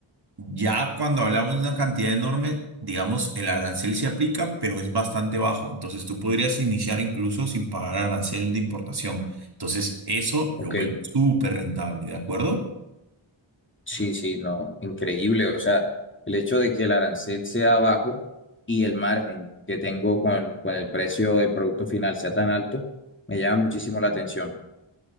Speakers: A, on the right; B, on the left.
A: Ya cuando hablamos de una cantidad enorme, digamos, el arancel se aplica, pero es bastante bajo. Entonces tú podrías iniciar incluso sin pagar arancel de importación. Entonces eso
B: ok.
A: lo vuelve súper rentable, ¿de acuerdo?
B: Sí, sí, no, increíble. O sea, el hecho de que el arancel sea bajo y el margen que tengo con, con el precio del producto final sea tan alto, me llama muchísimo la atención.